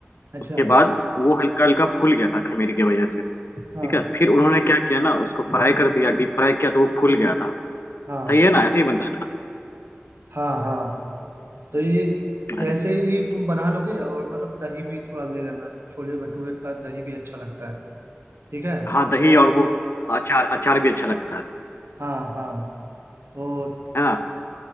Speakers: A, on the right; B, on the left.
A: अच्छा
B: उसके बाद वो हल्का हल्का फूल गया था खमीर की वजह से ठीक
A: हाँ
B: है फिर उन्होंने क्या किया ना उसको फ्राई कर दिया डीप फ्राई किया तो वो फूल गया था
A: हाँ
B: सही है ना ऐसे ही बनता है
A: हाँ हाँ तो ये
B: ना अरे
A: ऐसे ही तुम बना लोगे और मतलब दही भी थोड़ा ले लेना छोले भटूरे के साथ दही भी अच्छा लगता है ठीक है
B: हाँ दही
A: तो
B: और वो अचार अचार भी अच्छा लगता है
A: हाँ हाँ तो
B: है ना